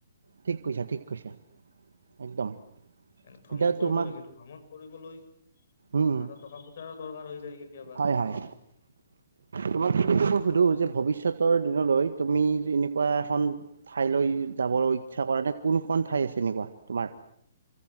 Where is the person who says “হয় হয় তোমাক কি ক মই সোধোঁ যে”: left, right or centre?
Right